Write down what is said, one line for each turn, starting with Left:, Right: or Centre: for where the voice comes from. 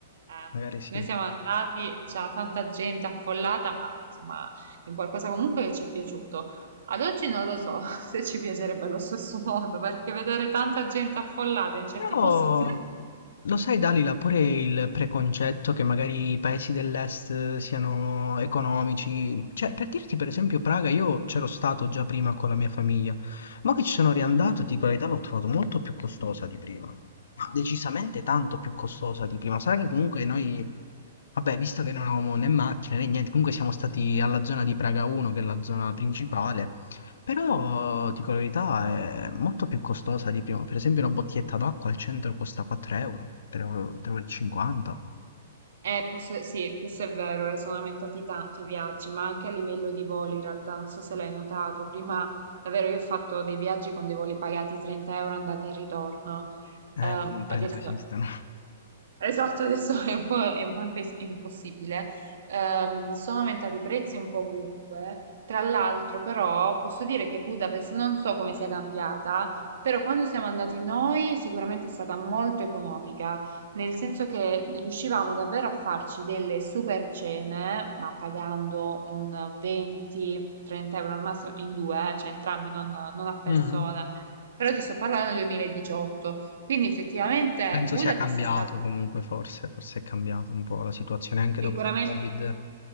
Right: eh,
Left: Magari sì.
Right: noi siamo andati, c'era tanta gente affollata, ma insomma è un qualcosa comunque che ci è piaciuto. Ad oggi non lo so <laughs> se ci piacerebbe allo stesso modo, perché vedere tanta gente affollata in certi
Left: Però,
Right: posti chiusi
Left: Lo sai, Dalila, pure il preconcetto che magari i paesi dell'est siano economici. Cioè, per dirti, per esempio, Praga, io c'ero stato già prima con la mia famiglia, ma che ci sono riandato, ti dico la verità, l'ho trovato molto più costosa di prima. Ma decisamente tanto più costosa di prima. Sai che comunque noi, vabbè, visto che non avevamo né macchine né niente, comunque siamo stati alla zona di Praga 1, che è la zona principale, però, dico la verità, è molto più costosa di prima. Per esempio una bottiglietta d'acqua al centro costa 4 euro, 3,50 euro. tre euro e cinquanta.
Right: Eh, posso- sì, questo è vero, eh, sono aumentati tanto i viaggi, ma anche a livello di voli in realtà, non so se l'hai notato, prima davvero io ho fatto dei viaggi con dei voli pagati 30 euro andata e ritorno,
Left: Eh,
Right: Eh,
Left: non penso
Right: adesso
Left: esistano.
Right: Esatto, adesso è un po', è un po' impes- impossibile. Ehm, sono aumentati i prezzi un po' ovunque. Tra l'altro, però, posso dire che Budapest non so come sia cambiata, però quando siamo andati noi sicuramente è stata molto economica, nel senso che riuscivamo davvero a farci delle super cene, ma pagando un 20-30 euro al massimo in due, eh, cioè entrambi, non, non a persona.
Left: Mm.
Right: Però ti sto parlando del 2018. Quindi effettivamente
Left: Penso
Right: Budapest
Left: sia cambiato
Right: è stata
Left: comunque, forse, forse è cambiato un po' la situazione anche dopo
Right: Sicuramente,
Left: il Covid,